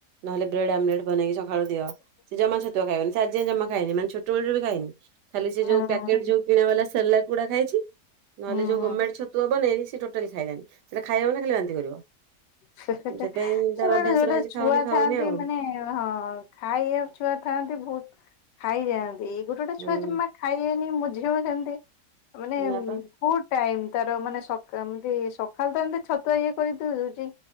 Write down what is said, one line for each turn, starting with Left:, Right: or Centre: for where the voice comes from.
Right: ନ ହେଲେ ବ୍ରେଡ ଆମଲେଟ୍ ବନେଇକି ସଖାଳୁ ଦିଅ, ସେ ଜମା ଛତୁଆ ଖାଇବନି, ସେ ଆଜି ଯାଏ ଜମା ଖାଇନି ମାନ ଛୋଟ ବେଳରେ ବି ଖାଇନି। ଖାଲି ସେ
Left: ହଁ
Right: ଯୋଉ ପ୍ୟାକେଟ୍ ଯୋଉ କିଣା ବାଲା ସେରଲାକ ଗୁଡା ଖାଇଛି ନ
Left: ହୁଁ
Right: ହେଲେ ଯୋଉ
Left: ହୁଁ
Right: ହୋମ୍ ମେ ଡ୍ ଛତୁ ତୁ ହବ ନେଇ ଟୋଟାଲି ଖାଇଲାନି ସେଟା ଖାଇବ ନା ଖାଲି ବାନ୍ତି କରିବ।
Left: ହେ ହେ
Right: ସେଥିପାଇଁ ତାର
Left: ସେବେ
Right: ଅଭ୍ୟାସ
Left: ଯୋଉଟା
Right: ରହିଛି
Left: ଛୁଆ
Right: ଖାଉନି ଖାଉନି
Left: ଥାଆନ୍ତି
Right: ଆଉ
Left: ମାନେ ହଁ। ଖାଇବା ଛୁଆ ଥାଆନ୍ତି ବହୁତ ଖାଇଯାଆନ୍ତି ଏଇ ଗୋଟେ ଗୋଟ
Right: ହୁଁ।
Left: ଛୁଆ ଜମା ଖାଇବେନି ମୋ ଝିଅ ସେମ୍ ତି ମାନେ
Right: ନା ପା
Left: ବହୁତ୍ ଟାଇମ୍ ତାର ମାନେ ସଖା, ଏମତି ସଖା ଖାଲି ତ ଏମତି ଛତୁଆ ଇଏ କରିକି ଦେଇ ଦଉଛି।